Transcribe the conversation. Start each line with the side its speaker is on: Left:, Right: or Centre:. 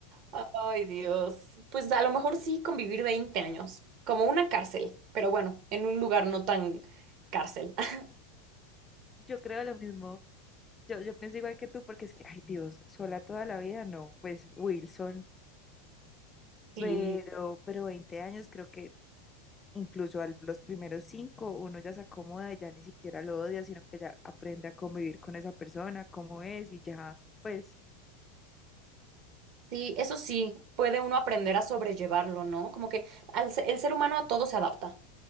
Right: Ay, Dios. Pues a lo mejor sí convivir 20 años, como una cárcel, pero bueno, en un lugar no tan cárcel. <laughs>
Left: Yo creo lo mismo. Yo, yo pienso igual que tú, porque es que, ay Dios, sola toda la vida, no, pues Wilson,
Right: Sí,
Left: pero, pero 20 años creo que incluso a los primeros cinco uno ya se acomoda ya ni siquiera lo odia, sino que ya aprende a convivir con esa persona, cómo es y ya, pues
Right: sí, eso sí, puede uno aprender a sobrellevarlo, ¿no? Como que al se- el ser humano a todo se adapta